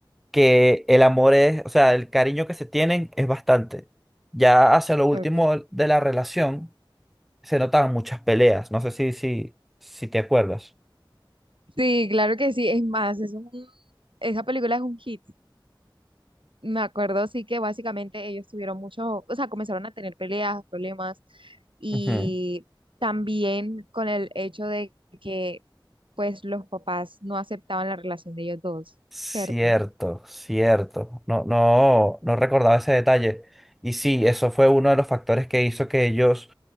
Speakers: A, in the centre; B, on the right.
A: que el amor es, o sea, el cariño que se tienen es bastante. Ya hacia lo último
B: ok.
A: de la relación se notaban muchas peleas. No sé si, si, si te acuerdas.
B: Sí, claro que sí, es más, es un, esa película es un hit. Me acuerdo, sí que básicamente ellos tuvieron mucho, o sea, comenzaron a tener peleas, problemas, y
A: Ujú.
B: también con el hecho de que, pues, los papás no aceptaban la relación de ellos dos,
A: Cierto,
B: ¿cierto?
A: cierto. No, no, no recordaba ese detalle. Y sí, eso fue uno de los factores que hizo que ellos